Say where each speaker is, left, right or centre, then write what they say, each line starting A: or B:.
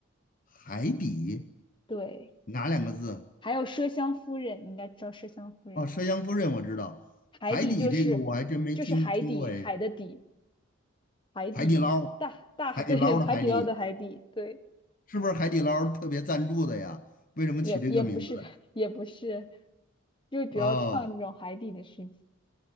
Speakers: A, on the left (about 40°); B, on the left (about 25°).
A: 海底
B: <laughs> 对，
A: 哪两个字？
B: 还有《麝香夫人》，你应该知道《麝香夫人》。
A: 哦，《山香夫人》我知道，
B: 海底就是就是海底海的底
A: 海底这个我还真没听听过哎。
B: 海底大大海
A: 海底捞，海底捞的海底，
B: <laughs> 对海底捞的海底对
A: 是不是海底捞特别赞助的呀？为什么起这个名字？
B: 也也不是也不是，就主要唱这种海底的事情。
A: 哦。